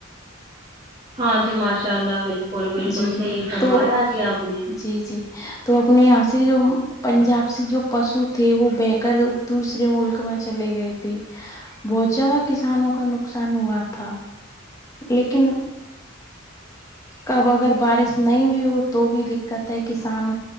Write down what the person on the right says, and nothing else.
ہاں جی ماشاء اللہ بالکل بالکل
صحیح فرمایا
جی آپ نے